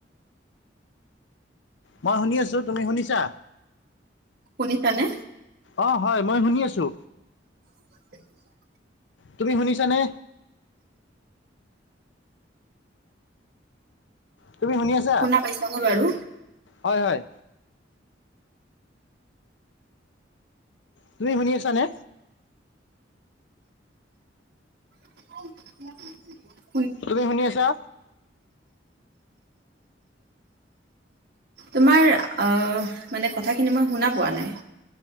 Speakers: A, on the left; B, on the right.
A: মই শুনি আছোঁ, তুমি শুনিছা?
B: শুনিছানে
A: অ হয় মই শুনি আছো।
B: <inaudible>
A: তুমি শুনিছানে? তুমি শুনি আছা
B: শুনা পাইছানে বাৰু
A: হয় হয়। তুমি শুনি আছানে?
B: <unintelligible>
A: তুমি শুনি আছা?
B: তোমাৰ আ মানে কথাখিনি মই শুনা পোৱা নাই?